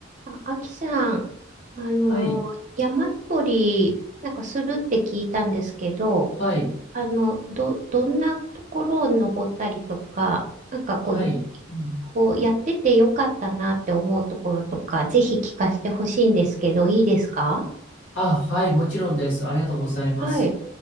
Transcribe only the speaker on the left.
はい、
はい、
はい。うん、
あ、はい、もちろんです。ありがとうございます。